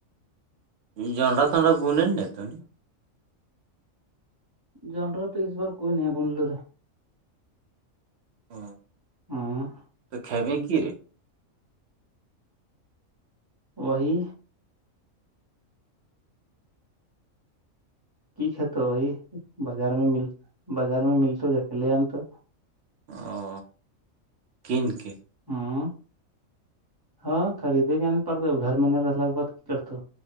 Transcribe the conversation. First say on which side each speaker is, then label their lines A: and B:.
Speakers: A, on the right; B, on the right.
A: جنڈا تنڈا گنیں ن تو نہیں
B: جنڈر تو اس بار کوئی نہیں بولل رے
A: ہ
B: ہاں
A: تو کےبے کی رے
B: وہی کی کت وہی بازار میں مل بازار میں ملت جک لے آنتا
A: او کنک
B: ہوں ہاں خریدے کے نہیں پڑتے گھر میں نہیں رہ کے بعد کی کرتا